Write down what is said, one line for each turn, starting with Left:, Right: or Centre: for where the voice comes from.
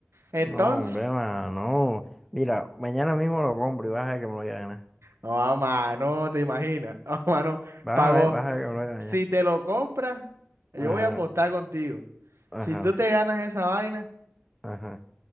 Right: Entonces...
Centre: No, hombre, mano. Mira, mañana mismo lo compro y vas a ver que me lo voy a ganar.
Right: No, a mano, te imaginas. <laughs> No, mano,
Centre: Vas
Right: pagó.
Centre: a ver, vas a ver que me lo voy a ganar.
Right: Si te lo compras, yo
Centre: Ajá,
Right: voy a apostar contigo.
Centre: ajá,
Right: Si tú te ganas esa vaina,
Centre: ajá.